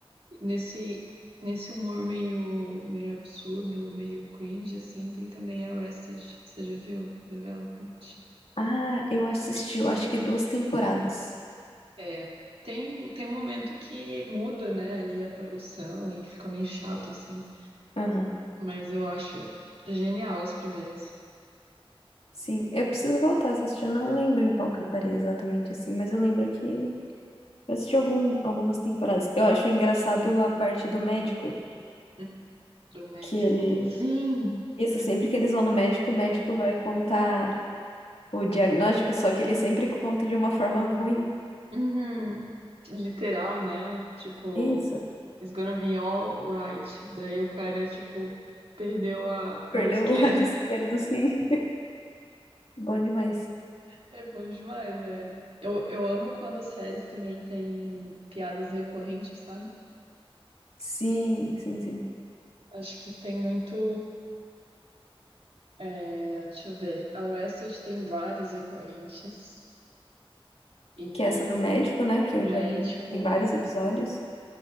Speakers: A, on the right; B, on the left.
A: Nesse, nesse humor meio, meio absurdo, meio cringe, assim, tem também Arrested, você já viu? Development.
B: Ah, eu assisti, eu acho que duas temporadas.
A: É. Tem, tem um momento que muda, né, ali a produção e fica meio chato, assim.
B: Aham.
A: Mas eu acho genial as primeiras.
B: Sim, eu preciso voltar a assistir. Eu não lembro em qual que eu parei exatamente assim, mas eu lembro que Eu assisti algum, algumas temporadas. Eu acho engraçado a parte do médico,
A: Hum, Do médico.
B: que ele.
A: Sim!
B: Isso, sempre que eles vão no médico, o médico vai contar o diagnóstico, só que ele sempre conta de uma forma ruim.
A: Uhum. Literal, né? Tipo,
B: Isso.
A: it's gonna be all right. Daí o cara, tipo, perdeu a mão
B: Perdeu
A: esquerda.
B: o lado <laughs> esquerdo, sim. Bom demais.
A: É bom demais, né? Eu, eu amo quando séries também tem piadas recorrentes, sabe?
B: Sim, sim, sim.
A: Acho que tem muito. é, deixa eu ver. A Orestes tem várias recorrentes. E
B: Que é essa do médico, né? Que
A: do
B: eu
A: médico.
B: já vi em vários episódios.